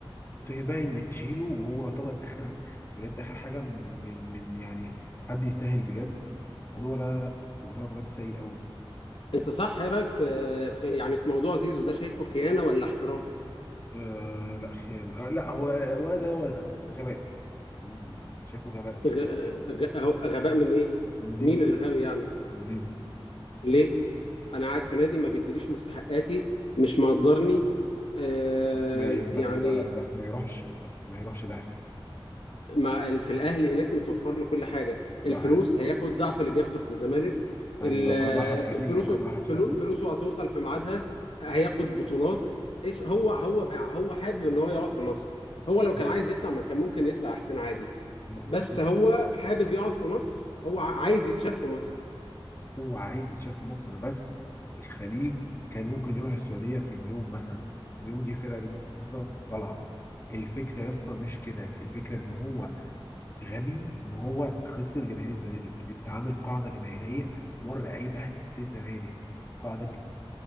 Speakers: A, on the left; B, on the left.
A: فكرة بقى انك تشيله وهو يعتبر اخر بجد اخر حاجة من من يعني حد يستاهل بجد موضوع لا لا لا موضوع بجد سيء قوي
B: انت صح ايه رأيك في, في يعني في موضوع زيزو ده شايفه خيانة ولا احتراف
A: آه لا خيانة آه لا هو ولا ده ولا ده غباء يعني شايفه غباء جدا
B: غ...
A: يعني
B: غ... غباء من ايه
A: من زيزو
B: مين اللي غبي يعني
A: من زيزو
B: ليه انا قاعد في نادي ما بيديليش مستحقاتي مش مقدرني آه
A: بس ما ي... بس
B: يعني
A: بس ما يروحش بس ما يروحش الاهلي
B: مع ال- في الاهلي هناك متوفر له كل حاجه
A: لا
B: الفلوس
A: عادي
B: هياخد ضعف اللي بياخده في الزمالك
A: عادي
B: ال-
A: لو كان راح الخليج
B: ف- فلوسه
A: لو كان راح الخليج
B: فلو- فلوسه هتوصل في ميعادها هياخد بطولات إس- هو هو بقى- هو حابب ان هو يقعد في مصر هو لو كان
A: ه...
B: عايز يطلع ما كان ممكن يطلع احسن عادي
A: ما...
B: بس
A: ما...
B: هو حابب يقعد في مصر هو ع- عايز يتشاف في مصر
A: هو عايز يتشاف في مصر بس الخليج كان ممكن يروح السعوديه في اليوم مثلا يوم دي فرقه لسه طالعه الفكره يا اسطى مش كده الفكره ان هو غبي ان هو خسر جماهير الزمالك انت عامل قاعده جماهيريه مرعبه في الزمالك قاعده ج-